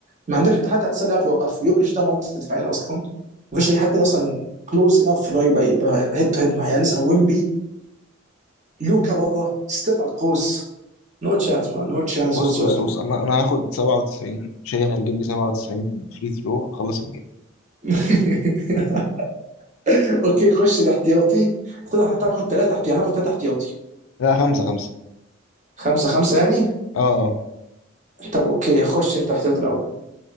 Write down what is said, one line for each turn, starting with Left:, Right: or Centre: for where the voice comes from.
Right: ما عندكش انت حد هتتسلى يعرف يوقفه يوكيش ده مالتي دفاعيا اصلا مفيش اي حد تاني اصلا كلوز انف ان هو يبقى يبقى هيد تو هيد مع يانس او ويمبي لوكا بره ستيف على القوس نو تشانس مان نو تشانس
Left: بص
Right: واتس
Left: بص
Right: ايفر
Left: بص انا انا هاخد 97 شيء هيجيب لي 97 فري ثرو هخلص الجيم
Right: <laughs> اوكي خش الاحتياطي اعتقد هتاخد ثلاثه احتياطي هناخد ثلاثه احتياطي
Left: لا خمسة خمسة
Right: خمسه خمسه يعني
Left: اه اه
Right: طب اوكي خش انت احتياطي الاول